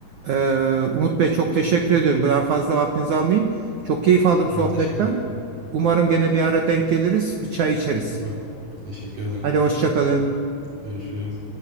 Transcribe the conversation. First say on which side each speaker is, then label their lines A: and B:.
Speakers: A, on the right (about 80°); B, on the right (about 40°).
A: Ee, Umut Bey çok teşekkür ediyorum. Daha fazla vaktinizi almayayım. Çok keyif aldım sohbetten.
B: Ben teşekkür ederim.
A: Umarım gene bir ara denk geliriz, bir çay içeriz.
B: Ben teşekkür ederim.
A: Hadi hoşça kalın.
B: Görüşürüz.